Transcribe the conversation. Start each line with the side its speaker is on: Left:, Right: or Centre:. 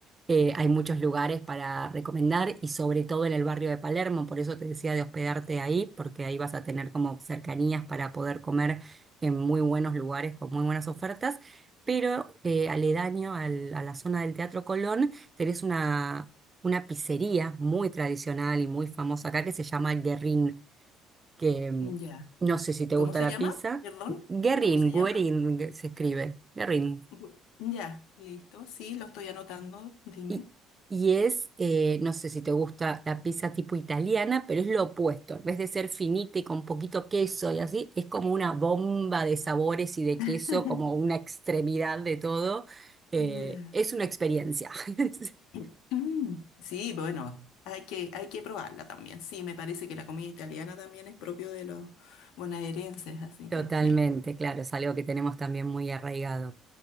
Right: eh, hay muchos lugares para recomendar y sobre todo en el barrio de Palermo, por eso te decía de hospedarte ahí, porque ahí vas a tener como cercanías para poder comer en muy buenos lugares con muy buenas ofertas. Pero eh, aledaño al- a la zona del Teatro Colón tenés una, una pizzería muy tradicional y muy famosa acá que se llama Guerrín, que mm,
Left: Ya.
Right: no sé si te
Left: ¿Cómo
Right: gusta
Left: se
Right: la
Left: llama?
Right: pizza.
Left: Perdón,
Right: Guerrín,
Left: ¿cómo se llama?
Right: Guerín se escribe, Guerrín.
Left: Bu- Ya, listo. Sí, lo estoy anotando. Dime.
Right: Y, y es, eh, no sé si te gusta la pizza tipo italiana, pero es lo opuesto. En vez de ser finita y con poquito queso y así, es como una bomba de sabores y de queso,
Left: <laughs>
Right: como una extremidad de todo. Eh,
Left: Ya.
Right: es una experiencia. <laughs>
Left: <clears throat> Mm, Sí, bueno, hay que, hay que probarla también. Sí, me parece que la comida italiana también es propio de los bonaerenses, así
Right: Totalmente,
Left: que sí.
Right: claro, es algo que tenemos también muy arraigado.